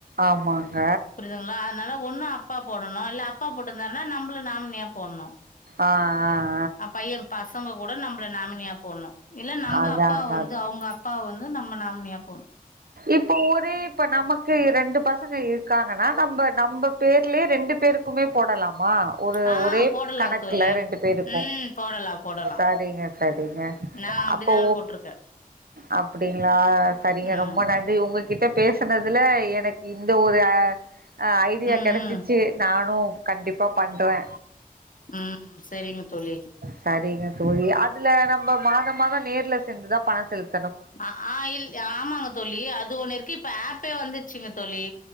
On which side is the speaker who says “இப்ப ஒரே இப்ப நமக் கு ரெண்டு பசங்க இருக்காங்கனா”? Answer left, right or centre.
Right